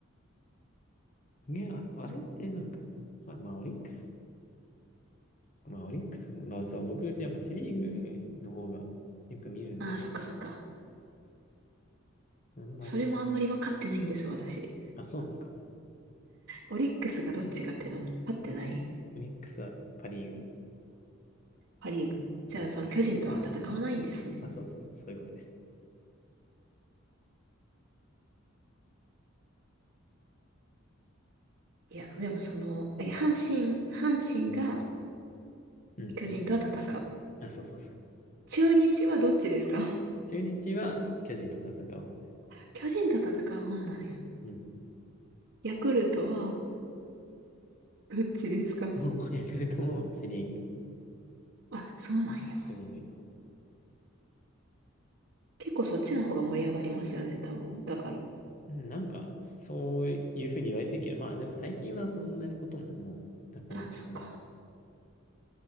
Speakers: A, on the left; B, on the right.
A: いや、あれってなんか、まあ、まあオリックス。まあ、オリックスが、まあ、そう、僕、やっぱセリーグの方がよく見るんで、
B: ああ、そっかそっか。
A: あんまり、
B: それもあんまり分かってないんです、私。
A: あ、そうなんですか。
B: オリックスがどっちかっていうのも分かってない
A: オリックスはパリー
B: パリーグ。じゃあ、
A: グ。うん。
B: その巨人とは戦わないんですね。
A: あ、そうそうそう、そういうことです。
B: いや、でもその、え阪神、阪神が
A: うん。
B: 巨人とは戦う。
A: あ、そうそうそう。
B: 中日はどっちですか
A: 中日は巨人と戦う方です。
B: <laughs> 巨人と戦う方なんや。
A: うん。
B: ヤクルトはどっちですか
A: もう、ヤクルトもセリーグ、
B: あ、そうなんや。
A: 巨人がいる方。
B: 結構そっちの方が盛り上がりますよね、多分。だから。
A: うん、なんか、そういうふうに言われてるけど、まあ、でも最近はそんなことももうなくなってくるい。
B: あ、そっか。